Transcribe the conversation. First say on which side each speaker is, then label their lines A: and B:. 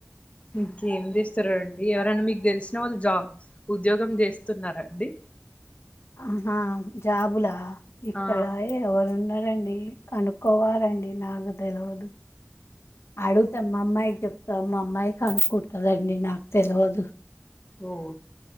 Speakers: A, on the left (about 25°); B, on the left (about 65°).
A: ఇంకేం చేస్తారండి ఎవరైనా మీకు తెలిసిన వాళ్ళు జాబ్ ఉద్యోగం చేస్త స్తున్నారండి
B: ఆహా జాబు లా ఇక్కడ
A: ఆ
B: ఎవరున్ న్నారండి కనుక్కోవాలండి నాకు తెలువదు అడుగుతా మా అమ్మాయికి చెప్తా మా అమ్మాయి కనుక్కుంటదండి నాకు తెలవదు
A: ఓహో